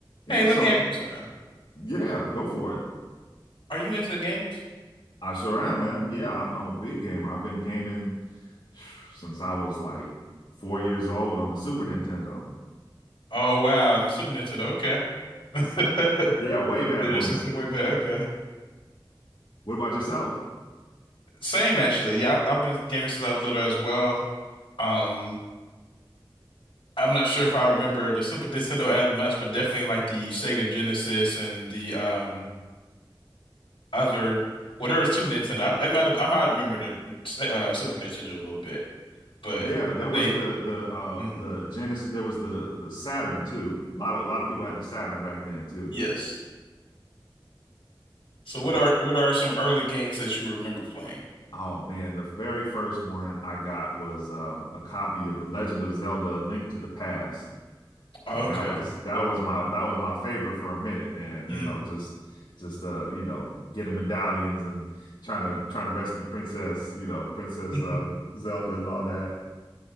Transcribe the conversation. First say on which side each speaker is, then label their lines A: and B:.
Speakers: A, on the left; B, on the left.
A: Yeah,
B: Hey,
A: so
B: let me ask you something.
A: yeah, go for it.
B: Are you into the games?
A: I sure am, man. Yeah, I'm, I'm a big gamer. I've been gaming <sighs> since I was like four years old on the Super Nintendo.
B: Oh wow, and Super Nintendo. Okay, <laughs>
A: Yeah, way back
B: Your
A: when.
B: this way better. Okay,
A: What about yourself?
B: same actually. Yeah, I've, I've been gaming since I was little as well. Um, I'm not sure if I remember the Super Nintendo as much, but definitely like the Sega Genesis and the um other whatever is Super Nintendo. I, I might have, I might remember the uh, Super Nintendo a little bit, but
A: Yeah, there
B: I
A: was
B: think
A: the the uh
B: mhm,
A: the Genesis. There was the the Saturn too. A lot of a lot of people had the Saturn back then too.
B: yes. So
A: Yeah.
B: what are what are some early games that you remember playing?
A: Oh man, the very first one I got was um, a copy of The Legend of Zelda: A Link to the Past.
B: Okay,
A: and that was that
B: Zelda.
A: was my that was my favorite for a minute, man. You
B: Mm.
A: know, just just uh, you know, getting medallions and trying to trying to rescue Princess, you know, Princess
B: <laughs>
A: uh Zelda and all that.